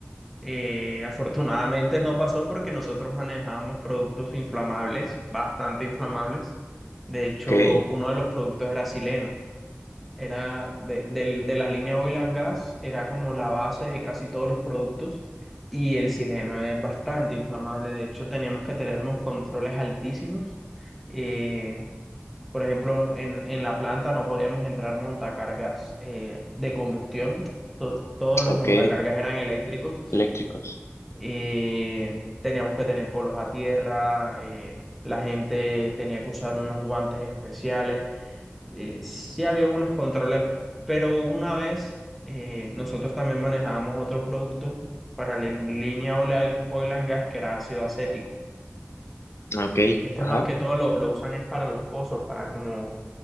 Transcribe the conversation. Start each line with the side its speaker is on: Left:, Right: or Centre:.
Centre: Eh, afortunadamente no pasó porque nosotros manejábamos productos inflamables, bastante inflamables. De hecho,
Left: ok,
Centre: uno de los productos era sileno. Era de, del- de la línea Oil and Gas, era como la base de casi todos los productos. Y el sileno es bastante inflamable. De hecho, teníamos que tener unos controles altísimos. eh, por ejemplo, en, en la planta no podíamos entrar montacargas eh, de combustión. To- todos los
Left: ok,
Centre: montacargas eran eléctricos.
Left: eléctricos,
Centre: Eh, teníamos que tener polos a tierra. eh, la gente tenía que usar unos guantes especiales. Eh, sí había unos controles, pero una vez eh, nosotros también manejábamos otro producto para la en- línea oil, and- oil and gas que era ácido acético.
Left: ok,
Centre: Este
Left: ajá,
Centre: más que todo lo, lo usan es para los pozos, para como...